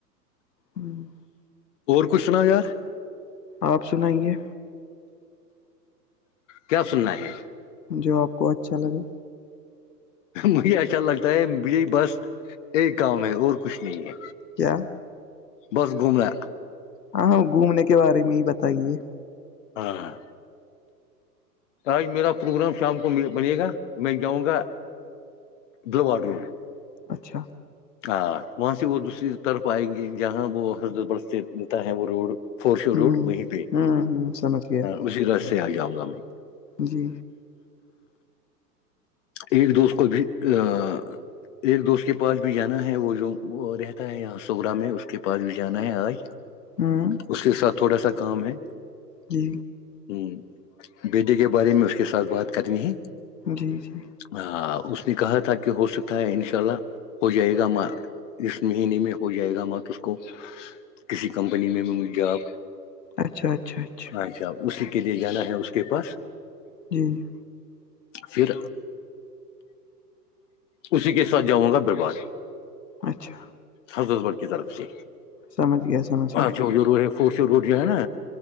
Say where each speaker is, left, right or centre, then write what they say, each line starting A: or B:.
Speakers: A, on the left; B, on the left.
A: ہوں
B: اور کچھ سنا یار
A: آپ سنائیں گے
B: کیا سننا ہے
A: جو آپ کو اچھا لگے
B: مجھے اچھا لگتا ہے مھ بس ایک گاؤں میں اور کچھ نہیں ہے
A: کیا
B: بس گھوم رہ
A: ہاں ہاں گھومنے کے بارے میں ہی بتائیے
B: ہاں ہاں آج میرا پروگرام شام کو بنے گا میں جاؤں گا دلواڈو
A: اچھا
B: ہاں وہاں سے وہ دوسری طرف آئیں گے جہاں وہ حضرت بل سے ملتا ہے وہ روڈ فور شو
A: ہوں
B: روڈ وہیں پہ
A: ہوں ہوں سمجھ گیا
B: اسی راستے آ جاؤں گا میں
A: جی
B: ایک دوست کو بھی ا ایک دوست کے پاس بھی جانا ہے وہ جو رہتا ہے یہاں سرا میں اس کے پاس بھی جانا ہے آج
A: ہوں
B: اس کے ساتھ تھوڑا سا کام ہے
A: جی
B: ہوں بیٹے کے بارے میں اس کے ساتھ بات کرنی ہے
A: جی جی
B: ہاں اس نے کہا تھا کہ ہو سکتا ہے ان شاء اللہ ہو جائے گا اسس مہینے میں ہو جائے گا مت اس کو کسی کمپنی میں مجھ ج آپ
A: اچھا اچھا اچھا
B: اچھا اسی کے لیے جانا ہے اس کے پاس
A: جی
B: پھر اسی کے ساتھ جاؤں گا برباد
A: اچھا
B: حضرت بر کی طرف سے
A: سمجھ گیا سمجھ گیا
B: اچھا وہ ضرور ہے فور س روڈ جو ہے نا